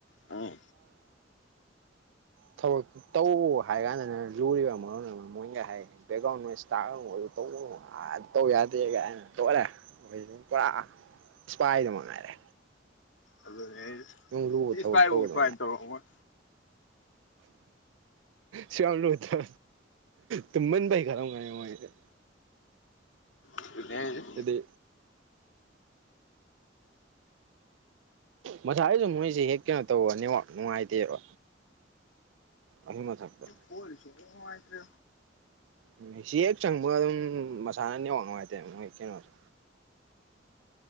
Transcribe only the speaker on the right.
ꯊꯕꯛ ꯇꯧ ꯍꯥꯏ ꯀꯥꯟꯗꯅ ꯂꯨꯔꯤꯕ ꯃꯔꯝ ꯑꯃ ꯃꯣꯏꯒ ꯍꯥꯏ ꯕꯦꯛꯒ꯭ꯔꯥꯎꯟ ꯅꯣꯏ ꯏꯁ ꯇꯧꯕ ꯇꯧ ꯌꯥꯗꯦ ꯀꯥꯥꯏꯅ ꯇꯧꯔꯦ ꯑꯣꯏ ꯑꯗꯨꯝ ꯄꯨꯔꯥ ꯏꯁꯄꯥꯏꯗꯨꯃꯛ ꯉꯥꯏꯔꯦ
ꯂꯨꯕ ꯊꯕꯛ
ꯇꯧꯕꯗ
ꯁꯨꯝ ꯂꯨꯊ ꯇꯨꯃꯟꯕꯩ ꯈꯔꯒꯦ
ꯑꯗꯨꯗꯤ ꯃꯁꯥꯏꯁꯨ ꯃꯣꯏꯁꯦ ꯍꯦꯛ ꯀꯩꯅꯣ ꯇꯧꯕ ꯅꯦꯠꯋꯥꯛ ꯅꯨꯡꯉꯥꯏꯇꯦꯕ ꯑꯗꯨ ꯃꯊꯛꯇ
ꯎꯝ ꯑꯁꯤ ꯍꯦꯛ ꯆꯪꯕꯒ ꯑꯗꯨꯝ ꯃꯁꯥꯅꯅꯦꯋꯥ ꯅꯨꯡꯉꯥꯏꯇꯦ ꯃꯣꯏ ꯀꯩꯅꯣꯁꯦ